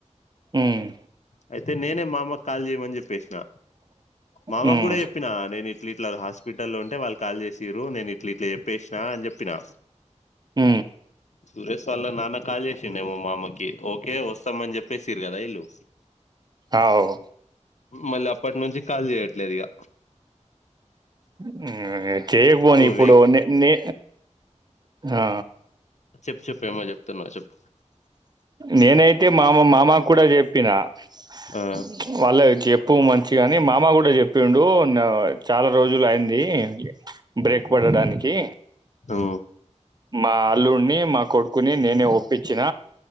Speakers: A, on the right; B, on the left.
A: ఉమ్
B: అయితే నేనే మామక్ కాల్ చేయమని చెప్ పేసిన మామకూడా
A: ఉమ్
B: చెప్పిన నేను ఇట్లా ఇట్లా హాస్పిటల్ల ఉంటే వాళ్ కాల్ చేసిరు నేను ఇట్లా ఇట్లా చెప్పేసినా అని చెప్పినా
A: ఊ
B: సురేష్ వాళ్ళ నాన్న కాల్ చేసిండేమో మామకి ఓకే వస్తామని చెప్పేసిరు కదా ఇల్ళు
A: అవ్
B: మళ్ళీ అప్పటి నుంచి కాల్ చేయట్లేదు ఇగ
A: హ్మ్ చేయకపోని ఇప్పుడు
B: వే
A: నే నే ఆ
B: చెప్ చెప్ ఏమో చెప్తున్నావు చెప్పు
A: నేనైతే మామ మామ కూడా చెప్ చెప్పిన ప్చ్
B: ఆ
A: వాళ్ళ చెప్పు మంచిగాని మామ కూడా చెప్పిండు నా ప్చ్ చాలా రోజులు అయింది బ్రేక్ పడడానికి
B: ఊ
A: మా అల్లుడిని మా కొడుకుని నేనే ఒప్పించిన